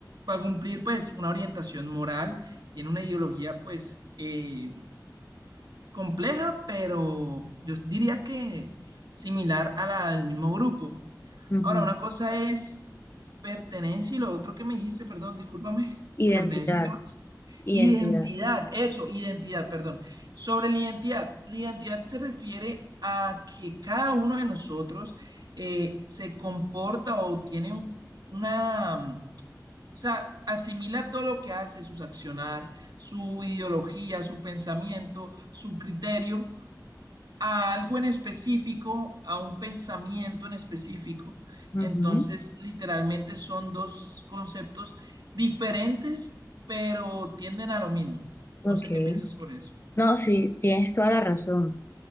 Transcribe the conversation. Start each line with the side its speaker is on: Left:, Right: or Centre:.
Right: va a cumplir pues una orientación moral, tiene una ideología pues eh, compleja, pero yo diría que similar a la del mismo grupo.
Left: ujú.
Right: Ahora, una cosa es pertenencia y lo otro que me dijiste, perdón, discúlpame,
Left: Identidad,
Right: pertenencia y qué más.
Left: identidad.
Right: Identidad, eso, identidad, perdón. Sobre la identidad, la identidad se refiere a que cada uno de nosotros eh, se comporta o tiene un- una, mm, o sea, asimila todo lo que hace, sus accionar, su ideología, su pensamiento, su criterio a algo en específico, a un pensamiento en específico.
Left: Ujú,
Right: Entonces, literalmente son dos conceptos diferentes, pero tienden a lo mismo.
Left: Ok.
Right: No sé qué piensas sobre eso.
Left: No, sí, tienes toda la razón.